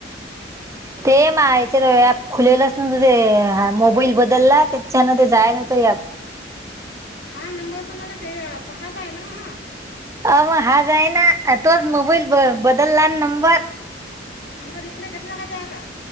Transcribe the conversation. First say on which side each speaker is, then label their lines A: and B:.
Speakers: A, on the right; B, on the left.
A: ते म याच्यात ऍप खुलेलंच नव्हतं ते मोबाईल बदलला त्याच्यान ते जायला होत सया
B: हा नंबर तर मला ते पकत आहे ना हा
A: अ म हाज आहे ना तोच मोबाईल बदलला नंबर
B: नंबर इकडे घेत ना का ते आता